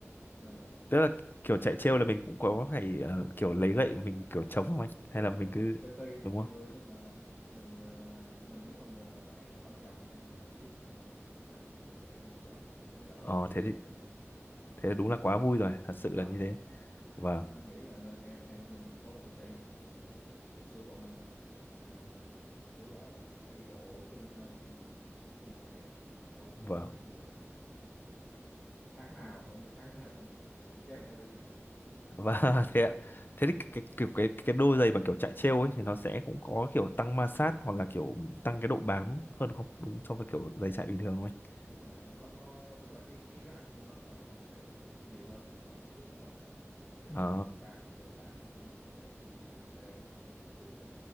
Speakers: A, on the left (about 25°); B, on the left (about 45°).
A: nên là
B: tức là kiểu chạy trêu là mình cũng có phải ờ, kiểu lấy gậy mình kiểu chống không anh
A: đúng
B: hay là
A: rồi
B: mình
A: đúng
B: cứ
A: rồi tùy tùy
B: đúng
A: tùy
B: không
A: người nhưng mà mình ờ, mình nếu mà người nào khỏe thì khỏi cần nhưng mà người nào yếu thì mình nên sắm lên đôi gậy để mình chống để cái đỡ
B: ờ
A: lực
B: thế
A: chân
B: thì
A: của mình
B: thế đúng là quá vui rồi thật sự
A: vui lắm
B: là như thế
A: Ờ, à,
B: và
A: anh nghĩ là nên em em nên có một cái trải nghiệm đó là em mới hồi xưa bọn anh ờ, kiểu là chạy bộ chung với nhau thôi nhưng mà không thích, thích đi giải á nhưng mà sau sau
B: và
A: cái đợt đi Đà Lạt xong là tháng nào hầu như tháng nào cũng cũng kéo nhau đi
B: và <laughs> thế ạ
A: Ờ,
B: thế thì cái, cái kiểu cái cái đôi giày mà kiểu chạy trêu ấy thì nó sẽ cũng có kiểu tăng ma sát hoặc là kiểu tăng cái độ bám hơn không đúng so với kiểu giày chạy bình thường đúng không anh
A: đúng rồi nó nó nó tức là cái cái răng của nó là nó sẽ nhiều hơn và nó cứng hơn để nó
B: ờ
A: bám cái độ bám của nó bám đất của nó khi mình leo nó không bị trượt á